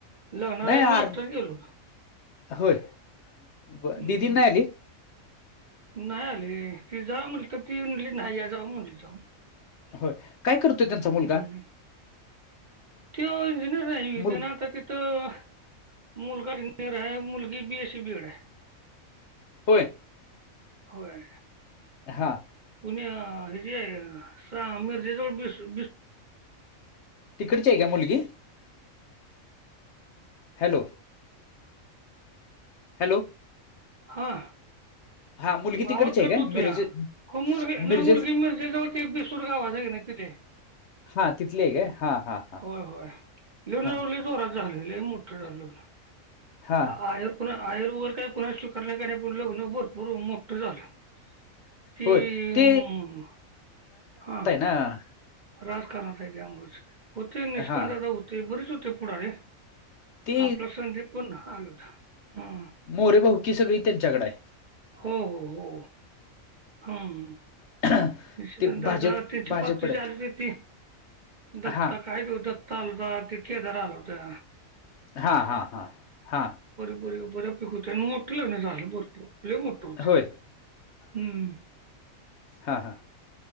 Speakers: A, on the right; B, on the left.
A: लोणावल्या
B: नाही आर
A: मी एकटाच गेलो होतो.
B: होय. ब
A: हम्म.
B: दिदी नाही आली?
A: नाही आली. ती जा म्हटली तर ती म्हणली नाही या म्हणली या जाऊ
B: होय. काय करतोय त्यांचा मुलगा?
A: हं. त्यो इंजिनियर नाही वय?
B: मुल
A: तेन आता तिथं मुलगा <unintelligible> मुलगी बी. ए. सी. बी एड आहे.
B: होय
A: होय.
B: हा.
A: पुन्या हेजे सा मिरजेजवळ बीसु-बीसु
B: तिकडची आहे काय मुलगी? हॅलो. हॅलो.
A: हा.
B: हा मुलगी
A: आवाज
B: तिकडची आहे
A: कट
B: काय
A: हुतूया.
B: मिरजे
A: हो मुरगी,
B: मिरजेच
A: नाइ मुलगी मिरजे जवळ ते भीसुर गावत हाय कनी दिल्या.
B: हा. तितली हाय काय? हा हा. हा
A: होय होय. <unintelligible>
B: हा
A: जोरात झाल. लय मोठ झाल लग्न.
B: हा
A: आयर कुणा आयर वगैर काय कुणाच स्वीकारलं नाही पन लग्न भरपूर मोठं झालं. ती
B: होय. ते
A: म हा.
B: ह.
A: राजकारणात आहे त्यामुळच होते निष्कांतदा
B: हां.
A: होते बरेच होते पुढारे
B: ती
A: आपला संदीप पण आला हुता. हा.
B: मोरे भाऊकी सगळी त्यांच्याकड आय.
A: हो हो हो. हम.
B: आहे.
A: <unintelligible>
B: ते भाजप भाजपकडे आहेत.
A: दत्ता
B: हां,
A: काय तो दत्त त्त आलता, तो केदार आला होता.
B: हा-हा-हा-हा.
A: <unintelligible> बऱ्या पैकी होत अन मोट लग्न झालं भरपूर. लय मोठ होत.
B: होय.
A: हम.
B: हा हा.